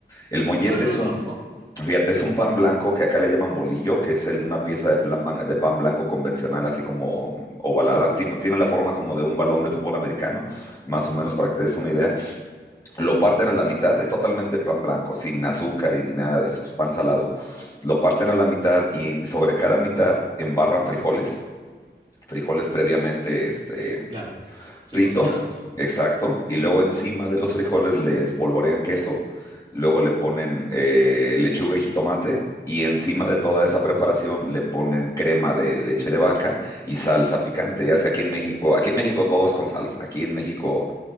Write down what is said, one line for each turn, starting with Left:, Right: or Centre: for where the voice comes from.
Left: El mollete
Right: Ajá, no
Left: es
Right: lo
Left: un,
Right: conozco.
Left: fíjate, es un pan blanco que acá le llaman bolillo, que es el- una pieza de plan man- de pan blanco convencional, así como ovalada, tipo, tiene la forma como de un balón de fútbol americano, más o menos para que te des una idea. Lo parten a la mitad, es totalmente pan blanco, sin azúcar y ni nada de eso, es pan salado. Lo parten a la mitad y sobre cada mitad embarran frijoles frijoles previamente este,
Right: Claro.
Left: fritos,
Right: Sí, cocinados.
Left: exacto, y luego encima de los frijoles le espolvorean queso, luego le ponen eh, lechuga y jitomate, y encima de toda esa preparación le ponen crema de leche de vaca y salsa picante. Ya sea aquí en México, aquí en México todo es con salsa, aquí en México